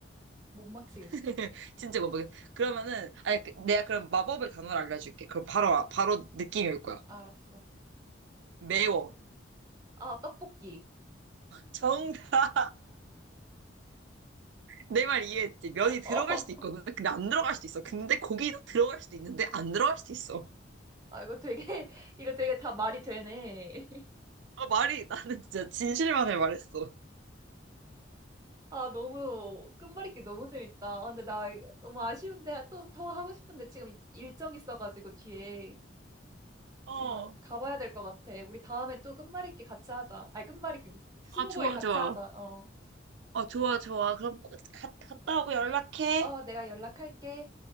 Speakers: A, on the right; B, on the right.
A: 못 맞히겠어.
B: <laughs> 진짜 뭐, 모르겠- 그러면은,
A: 어,
B: 아니, 그- 내가 그럼 마법의 단어를 알려줄게. 그럼 바로, 아- 바로 느낌이 올 거야.
A: 알았어.
B: 매워.
A: 아, 떡볶이.
B: 정, <laughs> 내 말 이해했지?
A: <laughs>
B: 면이 들어갈
A: 어,
B: 수도 있거든. 근데 안 들어갈 수도 있어. 근데 고기도 들어갈 수도 있는데 안 들어갈 수도 있어.
A: 아, 이거 되게, 이거 되게 다 말이 되네. <laughs>
B: 아, 말이 나는 <laughs> 진짜 진실만을 말했어.
A: 아, 너무, 끝말잇기 너무 재밌다. 아, 근데 나 이거 너무 아쉬운데, 또 더 하고 싶은데 지금 일정 있어가지고 뒤에
B: 어.
A: 이만 가봐야 될 것 같아. 우리 다음에 또 끝말잇기 같이 하자. 아니, 끝말잇기, 스무고개
B: 아, 좋아,
A: 같이
B: 좋아.
A: 하자. 어.
B: 어, 좋아,
A: 그래.
B: 좋아. 그럼 가, 갔다 오고 연락해.
A: 어, 내가 연락할게.